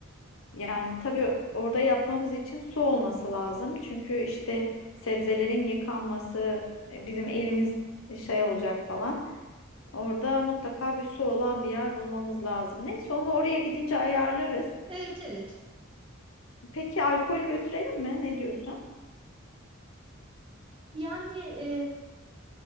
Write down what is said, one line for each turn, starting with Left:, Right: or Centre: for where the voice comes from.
Left: Yani tabii orada yapmamız için su olması lazım. Çünkü işte sebzelerin yıkanması e, bizim elimiz şey olacak falan. Orada mutlaka bir su olan bir yer bulmamız lazım. Neyse onu oraya gidince ayarlarız.
Right: Evet evet.
Left: Peki alkol götürelim mi? Ne diyorsun?
Right: Yani e,